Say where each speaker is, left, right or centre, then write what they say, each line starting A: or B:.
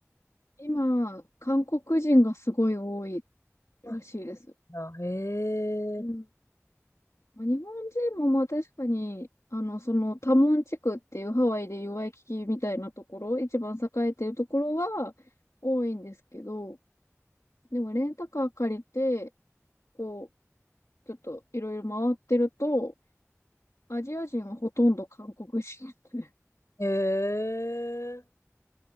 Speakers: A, on the left; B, on the left.
A: 今、韓国人がすごい多いらしいです。
B: あ、そうなんだ。へえ。
A: うん。まあ、日本人もまあ確かに、あの、そのタモン地区っていうハワイでいうワイキキみたいなところ、一番栄えてるところは多いんですけど、でもレンタカー借りて、こう、ちょっといろいろ回ってると、アジア人はほとんど韓国人で。
B: へえ。